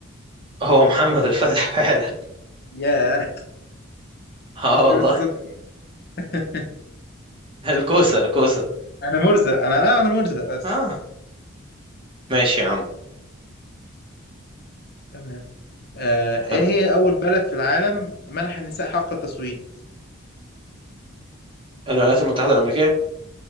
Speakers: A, on the right; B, on the left.
A: هو محمد الفتح فعلا
B: ياه
A: <laughs> اه
B: شوف
A: والله
B: الصدفة <laughs>
A: الكوسة الكوسة
B: انا مرزق انا لا انا مرزق بس
A: اه ماشي يا عم
B: تمام آه
A: حلو
B: ايه هي اول بلد في العالم منح النساء حق التصويت
A: الولايات المتحدة الأمريكية